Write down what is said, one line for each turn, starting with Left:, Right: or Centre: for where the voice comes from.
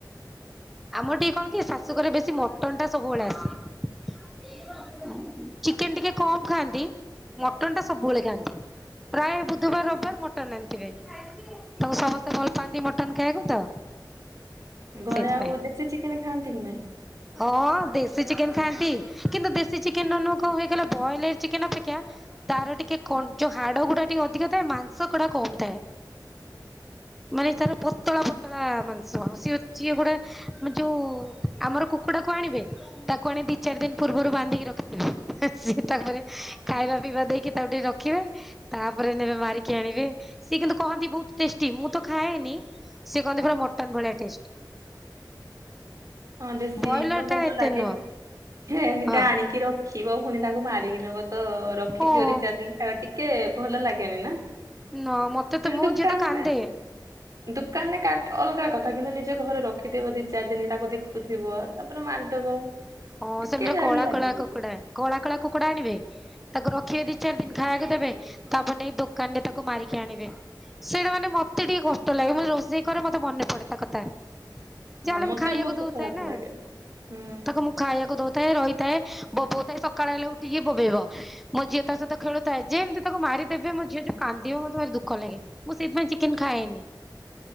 Centre: ଆମର ଟିକେ କଣ କି ଶାଶୁଘରେ ବେଶୀ ମଟନ ଟା ସବୁବେଳେ ଆସେ। ଚିକେନ ଟିକେ କମ ଖାଆନ୍ତି ମଟନ ଟା ସବୁବେଳେ ଖାଆନ୍ତି। ପ୍ରାୟ ବୁଧବାର ରବିବାର ମଟନ ଆଣିଥିବେ ତାକୁ ସମସ୍ତେ ଭଲ ପାଆନ୍ତି ମଟନ ଖାଇବାକୁ ତ
Right: ଘରେ
Centre: ସେଇଥିପାଇଁ।
Right: ଆଉ ଦେଶୀ ଚିକେନ ଖାଆନ୍ତି ନି ନା।
Centre: ହଁ ଦେଶୀ ଚିକେନ ଖାଆନ୍ତି କିନ୍ତୁ ଦେଶୀ ଚିକେନ ର ନୁହଁ କଣ ହେଇଗଲା ବଏଲର ଚିକେନ ଅପେକ୍ଷା ତାର ଟିକେ ଯୋଉ ହାଡ ଗୁଡା ଟିକେ ଅଧିକ ଏ ମାଂସ ଗୁଡା କମ ଥାଏ। ମାନେ ତାର ପତଳା ପତଳା-ଆ-ଆ ମାନ ସ ସିଏ ଯିଏ ଗୋଟେ ଯୋଉ ଆମର କୁକୁଡ଼ାକୁ ଆଣିବେ ତାକୁ ଆଣେ ଦି ଚାରି ଦିନ ପୂର୍ବରୁ ବାନ୍ଧିକି ରଖିଥିବେ ସିଏ ତାପରେ ଖାଇବା ପିଇବା ଦେଇକି ତାକୁ ଟିକେ ରଖ୍ ରଖିବେ ତାପରେ ନେବେ ମାରିକି ଆଣିବେ ସିଏ କିନ୍ତୁ କହନ୍ତି ବହୁତ ଟେଷ୍ଟି ମୁଁ ତ ଖାଏନି। ସେ କହନ୍ତି ପୁରା ମଟନ୍ ଭଳିଆ ଟେଷ୍ଟ।
Right: ହଁ ଦେଶୀ
Centre: ବ୍ରଏଲର
Right: ତ ଭଲ
Centre: ଟା ଏତେ
Right: ଲାଗେ
Centre: ନୁହଁ
Right: କି ଏମିତି
Centre: ହଁ
Right: ଆଣିକି ରଖ ଖିବ ପୁଣି ତାକୁ ମାରିକି ନବ ତ-ଅ-ଅ ରଖିଥିବ
Centre: ହଁ
Right: ଦି ଚା ଦିନ ଖାଇବା ଟିକେ-ଏ-ଏ ଭଲ ଲାଗେନି ନା।
Centre: ନା ମତେ
Right: ସେମିତି
Centre: ତ ମୋ
Right: ଦୋକାନରେ
Centre: ଝିଅ ତ କାନ୍ଦେ।
Right: ଦୋକାନରେ କାଟ୍ ଅଲଗା କଥା କିନ୍ତୁ ନିଜ ଘରେ ରଖିଦବ ଦି ଚାରି ଦିନ ତାକୁ ଦେଖ ଥିବ ତାପରେ ମାରିଦବ।
Centre: ହଁ
Right: ଟିକେ
Centre: ସେମିତି
Right: ଯାହାହେଲେ
Centre: କଳା
Right: ଲାଗିବ।
Centre: କଳା କୁକୁଡା
Right: ବି।
Centre: କଳା କଳା କୁକୁଡା ଆଣିବେ ତାକୁ ରଖିବେ ଦି ଚାରି ଦିନ ଖାଇବା ଦେବେ ତାପରେ ନେଇ ଦୋକାନ ରେ ତାକୁ ମାରିକି ଆଣିବେ। ସେଇଟା ମାନେ ମତେ ଟିକେ କଷ୍ଟ ଲାଗେ ମୁଁ ରୋଷେଇ କରେ ମତେ ମନେ ପଡେ ତା କଥା।
Right: ହଁ
Centre: ଯାହା ହେଲେ
Right: ମତେ
Centre: ମୁଁ ଖାଇବାକୁ
Right: ବି ବହୁତ
Centre: ଦଉଥାଏ
Right: ଖରାପ
Centre: ନା
Right: ଲାଗେ ହୁଁ
Centre: ତାକୁ ମୁଁ ଖାଇବାକୁ ଦଉଥାଏ ରହିଥାଏ ବୋବଉ ଥାଏ ସକାଳ ହେଲେ ଉଠିକି ବୋବେଇବ। ମୋ ଝିଅ ତା ସହିତ ଖେଳୁଥାଏ ଯେମିତି ତାକୁ ମାରି ଦେବେ ମୋ ଝିଅ ଯୋଉ କାନ୍ଦିବ ମତେ ଭାରି ଦୁଃଖ ଲାଗେ। ମୁଁ ସେଥିପାଇ ଚିକେନ ଖାଏନି।